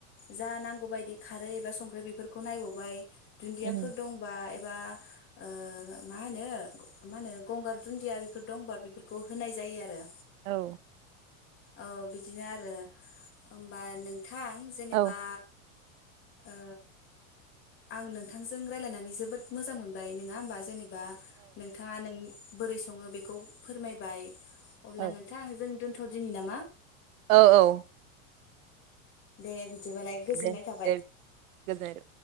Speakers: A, on the left (about 30°); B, on the right (about 70°).
A: जा नांगौ बायदि खारै एबा संख्रि बेफोरखौ नायबावबाय। दुन्दियाफोर
B: उम
A: दंबा ए बा ओ मा होनो मा होनो गंगार दुन्दिया बेफोर दंबा बेफोरखौ होनाय जायो आरो
B: औ।
A: ओ बिदिनो आरो होनबा नों थां जेनेबा
B: औ
A: ओ आं नोंथांजों रायलायनानै जोबोद मोजां मोनबाय नङा होमबा जेने बा नोंथाङा नोंनि बोरै सङो बेखौ फोरमायबाय। अब्ला
B: औ
A: नोंथां जों दोन थ'दिनि नामा?
B: औ औ।
A: दे बि दिबालाय गोजोननाय
B: दे
A: थाबाय।
B: दे गोजोननाय थाबाय।